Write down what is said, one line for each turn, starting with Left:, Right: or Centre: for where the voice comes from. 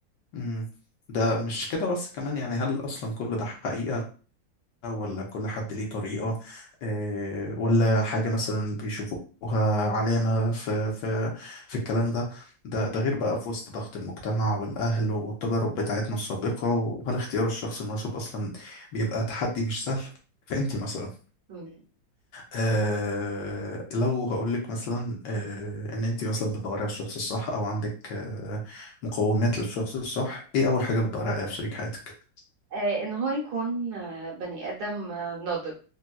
Left: مم. ده مش كده بس كمان يعني هل أصلا كل ده حقيقة ولا كل حد ليه طريقة آه، ولا حاجة مثلا بيشوفوها علامة في في في الكلام ده ده ده غير بقى في وسط ضغط المجتمع والأهل والتجارب بتاعتنا السابقة وهل اختيار الشخص المناسب أصلا بيبقى تحدي مش سهل فأنت مثلا
Right: مم.
Left: أه
Right: اه
Left: لو هقول لك مثلا أه ان انت مثلا بتدوري على الشخص الصح او عندك أه مقومات للشخص الصح ايه اول حاجه بتدوري عليها في شريك حياتك
Right: آه، ان هو يكون آه، بني ادم آه، ناضج